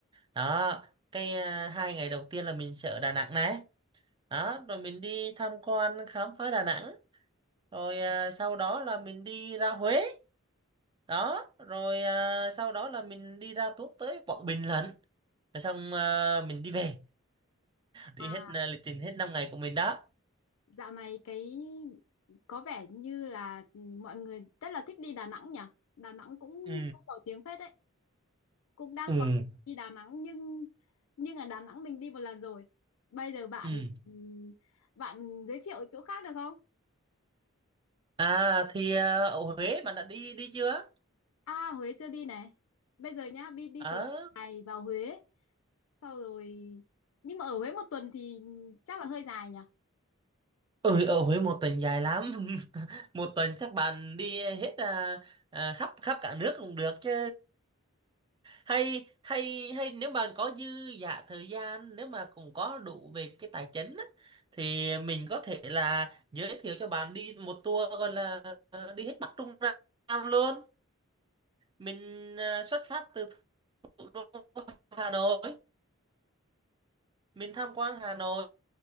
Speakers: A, on the right; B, on the left.
A: đó cái à, hai ngày đầu tiên là mình sẽ ở Đà Nẵng này đó rồi mình đi tham quan khám phá Đà Nẵng rồi à, sau đó là mình đi ra Huế đó rồi à, sau đó là mình đi ra tuốt tới Quảng Bình lận rồi xong à, mình đi về đi
B: À,
A: hết à, lịch trình hết 5 ngày của mình đó
B: dạo này cái có vẻ như là mọi người rất là thích đi Đà Nẵng nhỉ? Đà Nổi cũng
A: ừ
B: cũng Nổi tiếng phết đấy. cũng đang
A: ừ
B: có dự định đi Đà Nẵng nhưng nhưng ở Đà Nẵng mình đi một lần rồi bây giờ bạn
A: ừ
B: ừm, bạn giới thiệu chỗ khác được không
A: à thì à, ở Huế bạn đã đi đi chưa
B: à Huế chưa đi này bây giờ nhá đi đi
A: ở
B: từ này vào Huế sau rồi nhưng mà ở Huế một tuần thì chắc là hơi dài nhỉ
A: ừ, ở Huế một tuần dài lắm <laughs> một tuần chắc bạn đi hết à, à, khắp khắp cả nước cũng được chứ hay hay hay nếu mà có dư giả thời gian nếu mà cũng có đủ về cái tài chính á, thì mình có thể là giới thiệu cho bạn đi một tour gọi là ờ, đi hết Bắc Trung Nam luôn mình ờ, xuất phát từ thủ đô Hà Nội mình tham quan Hà Nội